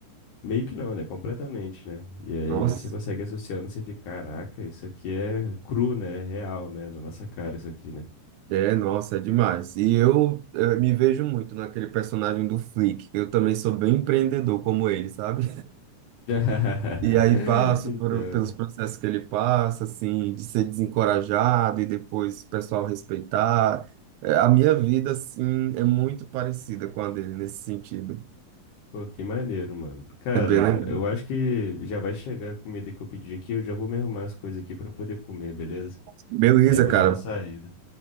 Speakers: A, on the left (about 70°); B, on the right (about 80°).
A: Meio que não, né? Completamente, né? E aí
B: Nossa.
A: você consegue associando, você fica, caraca, isso aqui é cru, né? É real, né? Na nossa cara, isso aqui, né?
B: É, nossa, é demais. E eu, eh, me vejo muito naquele personagem do Flick, que eu também sou bem empreendedor como ele, sabe?
A: <laughs>
B: E aí passo
A: Então,
B: por- pelos processos que ele passa, assim, de ser desencorajado e depois o pessoal respeitar. Eh, A minha vida, assim, é muito parecida com a dele nesse sentido.
A: pô, que maneiro, mano. Cara,
B: É bem legal.
A: eu acho que já vai chegar a comida que eu pedi aqui, eu já vou me arrumar as coisas aqui pra eu poder comer, beleza?
B: Beleza,
A: Aí eu vou
B: cara.
A: dar uma saída.